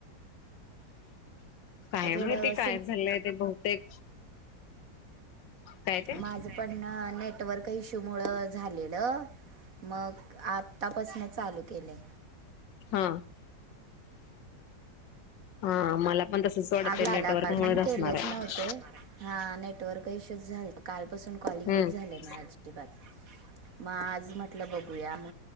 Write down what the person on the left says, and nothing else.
काय
माहिती काय
झालंय ते बहुतेक काय ते
हा हा मला पण तसच वाटतंय
नेटवर्क
मुळेच
असणार
आहे
हम्म